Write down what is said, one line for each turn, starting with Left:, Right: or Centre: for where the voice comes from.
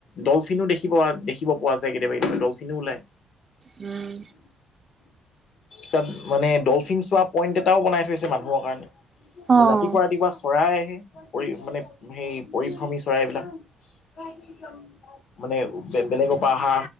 Left: ডলফিনো দেখিব পৱাত দেখিব পোৱা যায় কেতিয়াবা কেতিয়াবা ডলফিনো ওলায়।
Right: উম।
Left: তাত মানে ডলফিন চোৱাপ পইণ্ট এটাও বনাই থৈছে মানুহৰ কাৰণে
Right: অ
Left: ৰাতিপুৱা
Right: উম
Left: ৰাতিপুৱা চৰাই আহে পৰি মানে সেই পৰিভ্ৰমী চৰাইবিলাক <unintelligible> মানে বেলেগৰ পৰা অহা